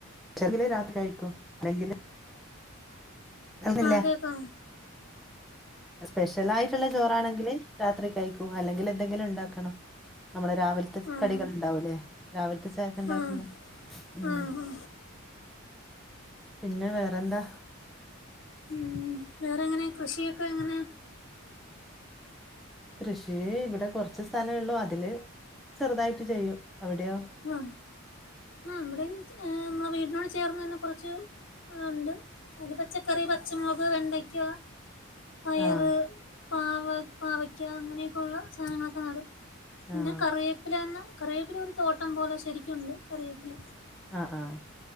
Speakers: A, in the centre; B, on the left.
A: <unintelligible> രാത്രി കയ്ക്കൂ അല്ലെങ്കില്. <unintelligible>
B: ആഹ് കേക്കാമോ
A: ആ സ്പെഷ്യൽ ആയിട്ടുള്ള ചോറാണെങ്കിൽ രാത്രി കഴിക്കൂം അല്ലെങ്കിൽ എന്തെങ്കിലും ഉണ്ടാകണം. നമ്മളെ രാവിലത്തെ
B: ആഹ്
A: കടികൾ ഉണ്ടാവൂല്ലേ രാവിലത്തെ ചായക്കെ ഉണ്ടാക്കുബോ
B: ആഹ്
A: ഉം.
B: ആഹ് ആഹ്
A: പിന്നെ വേറെന്താ.
B: ഉം വേറെ എങ്ങനെ കൃഷിയൊക്കെ എങ്ങനെ.
A: കൃഷി ഇവിടെ കുറച്ച് സ്ഥലെ ഉള്ളൂ അതില് ചെറുതായിട്ട് ചെയ്യും അവിടെയോ.
B: ആ ആ ഇവിടെയും നമ്മ വീടിനോട് ചേർന്ന് തന്നെ കുറച്ച്. ആണ്ട് അത് പച്ചക്കറി പച്ചമുക് വെണ്ടയ്ക്ക. പയറ്
A: ആഹ്
B: പാവക് പാവയ്ക്ക അങ്ങനെയൊക്കെയുള്ള സാധനങ്ങളൊക്കെ നടും. പിന്നെ
A: ആഹ്
B: കറിയേപ്പില എന്ന കറവേപ്പില ഒരു തോട്ടം പോലെ ശരിക്കുംണ്ട് കറിയേപ്പില.
A: ആഹ് ആഹ്